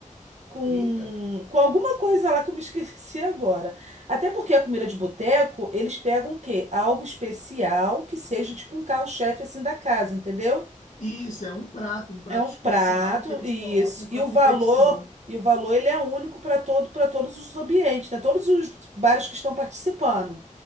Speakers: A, on the right (about 60°); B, on the left (about 70°).
A: com,
B: eita!
A: com alguma coisa lá que eu me <laughs> esqueci agora. Até porque a comida de boteco, eles pegam o quê? Algo especial que seja tipo um carro-chefe assim da casa, entendeu?
B: Isso, é um prato, um prato
A: É um
B: especial
A: prato
B: que eles
A: e
B: colocam
A: isso.
B: para
A: E o
B: competição.
A: valor, e o valor ele é único para todo, para todos os ambientes, né? Todos os bares que estão participando.